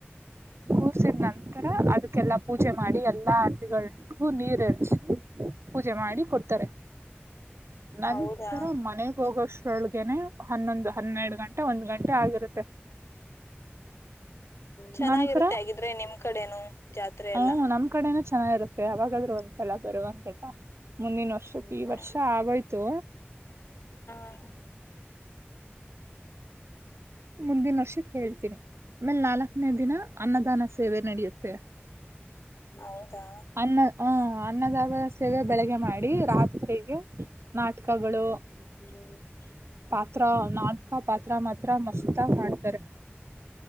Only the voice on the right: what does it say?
ಕರ್ಸಿದ ನಂತರ ಅದಕ್ಕೆಲ್ಲಾ ಪೂಜೆ ಮಾಡಿ ಎಲ್ಲಾ ಅರತಿಗಳಗೂ ನೀರ್ ಹಸಿ ಪೂಜೆ ಮಾಡಿ ಕೊಡ್ತಾರೆ ನನ
ತರ ಮನೆಗ್ ಹೋಗೋಷ್ಟು ಹೂಳ್ಗೆನೆ ಹನ್ನೊಂದು ಹನ್ನೆರಡು ಗಂಟೆ ಒಂದ್ ಗಂಟೆ ಆಗಿರುತ್ತೆ
ನಂತರ
ಹ್ಮ್ ನಮ್ ಕಡೆನೂ ಚೆನ್ನಾಗಿರುತ್ತೆ ಯಾಗಾದ್ ಒಂದ್ಸಲ ಬರುವಂತಂತ ಮುಂದಿನ ವರ್ಷಕ್ಕೆ
ಈ ವರ್ಷ ಆಗೋಯ್ತು
ಮುಂದಿನ ವರ್ಷಕ್ಕೆ ಹೇಳ್ತೀನಿ ಆಮೇಲ್ ನಾಲ್ಕನೇ ದಿನ ಅನ್ನದಾನ ಸೇವೆ ನಡೆಯುತ್ತೆ
ಅನ್ನ ಹ ಅನ್ನದಸ್ ಸೇವೆ ಬೆಳಗ್ಗೆ ಮಾಡಿ ರಾತ್ರಿಗೆ ನಾಟಕಗಳು
ಪಾತ್ರ ನಾಟಕ ಪಾತ್ರ ಮಾತ್ರ ಮಸತ ಮಾಡ್ತಾರೆ